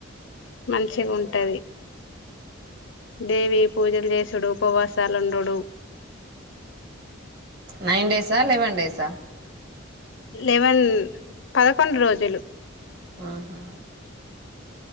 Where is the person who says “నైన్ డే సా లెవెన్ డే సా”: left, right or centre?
Right